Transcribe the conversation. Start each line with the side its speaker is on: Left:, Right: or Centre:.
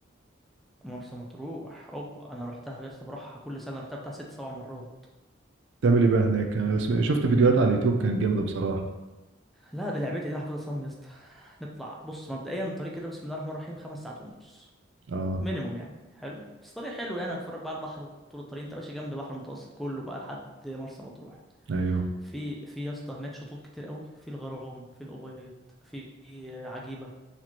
Centre: مرسى مطروح اوبا انا رحتها يا اسطى بروحها كل سنه رحتها بتاع ست سبع مرات
Right: تعمل ايه بقى هناك أنا سم- شفت فيديوهات على اليوتيوب كانت جامده بصراحه
Centre: لا دي لعبتي دي انا حافظها صم يا اسطى نطلع بص مبدئيا الطريق كده بسم الله الرحمن الرحيم خمس ساعات ونص
Right: اه
Centre: مينيموم يعني حلو بس طريق حلو يعني هتتفرج بقى على البحر طول الطريق انت ماشي جنب البحر المتوسط كله بقى لحد مرسى مطروح
Right: ايوه
Centre: في في يا اسطى هناك شطوط كتير قوي في الغرام في الأبيض في آه، عجيبة